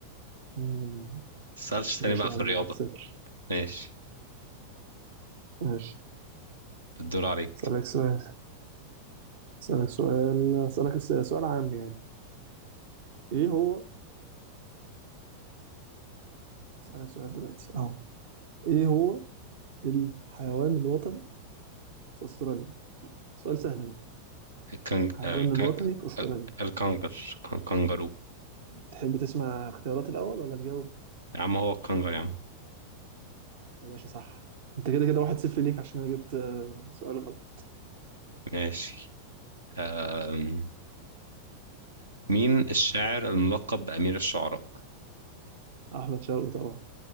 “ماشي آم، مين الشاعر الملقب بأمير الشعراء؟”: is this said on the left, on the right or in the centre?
Right